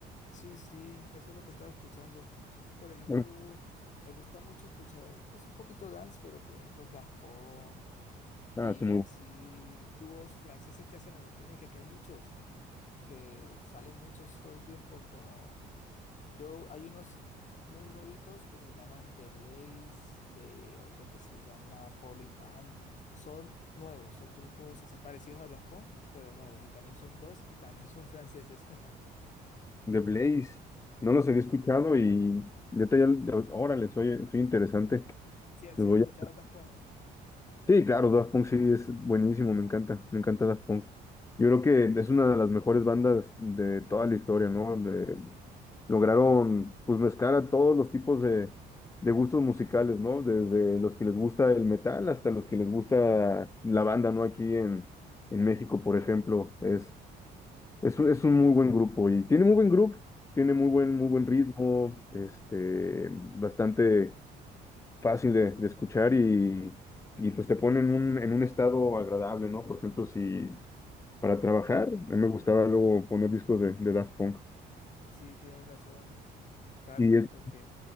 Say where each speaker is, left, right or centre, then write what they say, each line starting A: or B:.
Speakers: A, on the left (about 45°); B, on the left (about 15°).
A: Sí, sí, eso es lo que estaba escuchando. Por ejemplo,
B: Bueno,
A: me gusta mucho escuchar, es un poquito dance, pero por ejemplo Daft Punk y
B: ah, su mu-
A: así dúos franceses que hacen electrónica, que hay muchos, que salen muchos todo el tiempo como... Yo, hay unos muy nuevitos que se llaman The Blaze, de otro que se llama Polo y Pan. Son nuevos, son grupos así parecidos a Daft Punk, pero nuevos. Y también son dos y también son franceses. <laughs>
B: The Blaze. No los había escuchado y neta ya, ya- órale, soy, soy interesante.
A: Si has
B: Los
A: escuchado
B: voy a-
A: Daft Punk,
B: Sí, claro, Daft Punk sí es buenísimo, me encanta, me encanta Daft Punk. Yo creo que es una de las mejores bandas de toda la historia, ¿no? lograron pues mezclar a todos los tipos de, de gustos musicales, ¿no? Desde los que les gusta el metal hasta los que les gusta la banda, ¿no? Aquí en, en México, por ejemplo, es, es, un- es un muy buen grupo y tiene muy buen grupo, tiene muy buen, muy buen ritmo, este, bastante fácil de, de escuchar y, y pues te pone en un, en un estado agradable, ¿no? Por ejemplo, si... Para trabajar, a mí me gustaba luego poner discos de, de Daft Punk.
A: sí, tienes razón, eh, Carlos,
B: Y es-
A: porque